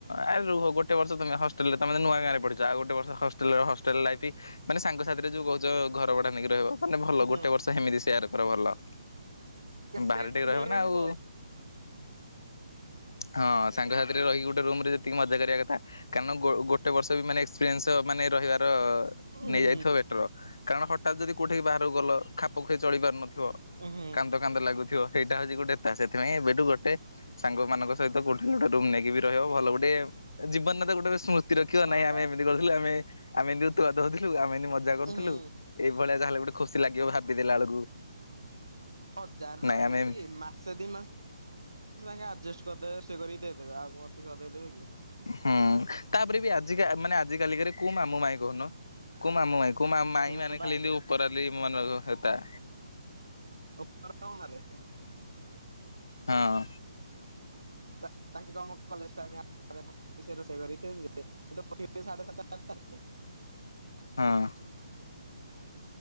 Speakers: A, on the left; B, on the right.
A: ଆରେ ରୁହ ଗୋଟେ ବର୍ଷ ତମେ ହଷ୍ଟେଲ ରେ ତମେ ନୂଆ ଗାଁରେ ପଢିଛ ଆଉ ଗୋଟେ ବର୍ଷ ହଷ୍ଟେଲ ହଷ୍ଟେଲ୍ ଲାଇଫି ମାନେ ସାଙ୍ଗ ସାଥିରେ ଯୋଉ କୋହୁଚ ଘର ଭଢା ନେଇକି ରହିବ। ମାନେ ଭଲ
B: ହୁଁ
A: ଗୋଟେ ବର୍ଷ ହେମିତି ସେୟାର କର ଭଲ।
B: କେତେ
A: ବାହାରେ
B: ଏକୁଟିଆ
A: ଟିକେ ରହିବ
B: ରହିବୁ
A: ନା ଆଉ ହଁ ସାଙ୍ଗ ସା ଗୋଟେ ରୁମ ରେ ଯେତିକି ମଜା କରିବା କଥା କାରଣ ଗୋ ଗୋଟେ ବର୍ଷ ବି ମାନେ ଏକ୍ସପିରିଏନ୍ସ ମାନେ ରହିବାର।
B: ହୁଁ
A: ନେଇଯାଇଥିବ ବେଟର କାରଣ ହ ତାର ଯଦି କୋଉଠିକି ବାହାରକୁ ଗଲ ଖାପ ଖୁଆଇ ଚଳି ପାରୁନଥିବ। ଥିବ
B: ହୁଁ
A: କାନ୍ଦ କାନ୍ଦ ଲାଗୁଥିବ। ସେଇଟା ହୋଉଚି ଗୋଟେ ପା <unintelligible> ସେଥିପାଇଁ ଏବେଠୁ ଗୋଟେ ସାଙ୍ଗମାନଙ୍କ ସହିତ କୋଉଠି ଗୋଟେ ରୁମ୍ ନେଇ ବି ରହିବ ଭଲ ଗୋଟେ ଜୀବନରେ ତ ଗୋଟେ ସ୍ମୃ ତି ରଖିବା
B: ହଁ
A: ନାଇଁ
B: ବା
A: ଆମେ ଏମିତି କରିୁଥିଲେ ଆମେ ଆମେ ଏମିତି ଉତୁପାତ ହୋଉଥିଲୁ ଆମେ ଏମିତି ମଜା କରୁଥିଲୁ
B: ହୁଁ
A: ଏଇଭଳିଆ ଯା ହେଲେ ଗୋଟେ ଖୁସି ଲାଗିବ ଭାବି ଦେଲା ବେଳକୁ।
B: ହଜାରେ
A: ନାଇଁ
B: ରହିଲେ
A: ଆମେ
B: ବି
A: ଏମିତି
B: ମାସେ ଦି ମାସ ସାଙ୍ଗେ ଆଡଜେଷ୍ଟ କରିଦେ ସେ କରିିକି ଦେଇଦେବେ କାହାକୁ ଅଧିକ ଦେଇଦେବେ କି?
A: ହଁ ତାପରେ ବି ଆଜିକା ଆଜି କାଲିକାରେ କୋଉ ମାମୁଁ ମାଇ‌ଁ କୋହୁନ। କୋଉ ମାମୁଁ ମାଇଁ କୋଉ ମା ମାଇଁ
B: ହଁ
A: ମାନେ
B: ବା
A: ଖାଲି ଏମିତି ଉପରାଲି ମାନଙ୍କ ସେତା
B: <inaudible> ହଁ ମାରେ କେ
A: ହଁ।
B: ତା-ତାଙ୍କ କାମ କଲେଜ୍ ଟାଇମ୍ ଆଟାରେ ମୁଁ <inaudible> ସେ ରୋଷେଇ କରିକି ଥୋଇଦେବେ, ସିଏ ତ ଉଠିବେ ସାଢେ ସାତଟା ଆଟାରେ
A: ହଁ।